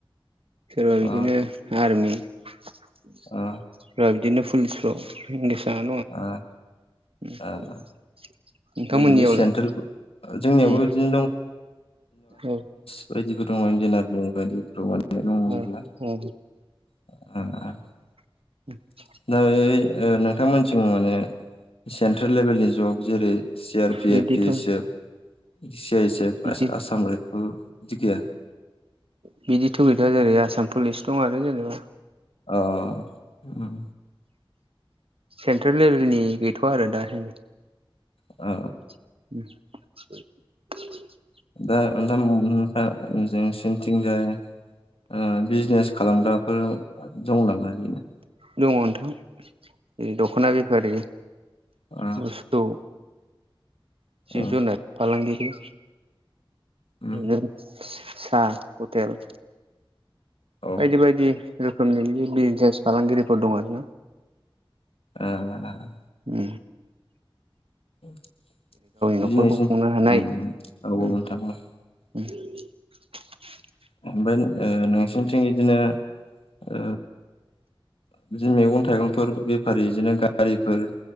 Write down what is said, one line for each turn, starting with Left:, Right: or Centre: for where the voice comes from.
Right: सोरबा बिदिनो
Left: ओ
Right: आर्मि, <unintelligible>
Left: ओ
Right: बिदिनो पुलिसफ्राव इ <unintelligible>
Left: ओ
Right: <unintelligible>
Left: ओ
Right: नोंथांमोननियावलाय?
Left: जेरै बे सेन्ट्रेल जोंनियावबो
Right: उम
Left: बिदिनो
Right: औ।
Left: <unintelligible> इन्डियान आर्मि <unintelligible> दंजोबला
Right: उ उ
Left: <unintelligible>
Right: <inaudible>
Left: नोय ओ नोंथांमोनसिं माने सेन्ट्रेल लेभेलनि जग जेरै C R P
Right: बिदिथ'
Left: F, P एस एफ, सिआइसेब
Right: बिदि
Left: आसा-आसाम रायपल <unintelligible>
Right: बिदिथ' गैद्राया' जाहैबाय आसाम पुलिस दं आरो जेनेबा।
Left: अ, उम।
Right: सेन्ट्रेल लेभेलनि गैथ'वा आरो दा सानदि।
Left: ओ
Right: <inaudible>
Left: दा नोंथा <unintelligible> सिनिथिंजाय ओ बिजनेस खालामग्राफोर दं नामा बेनो?
Right: दङ नोंथां दखना बिफारि
Left: ओ
Right: बस्थु, जिब-जुनार
Left: ओ
Right: फालांगिरि,
Left: उम
Right: <unintelligible> सा हटेल,
Left: औ
Right: बायदि-बायदि रोखोमनि बिदि बिजनेस फालांगिरिफोर दं आरोना।
Left: आ <unintelligible>
Right: उ
Left: <unintelligible>
Right: न'खरखौ खुंनो हानाय उम <unintelligible>
Left: ओमफाय ओ नोंसोरनिथिं इदिनो ओ, बिदि मैगं थाइगंफोर बेफारि बिदिनो गारिफोर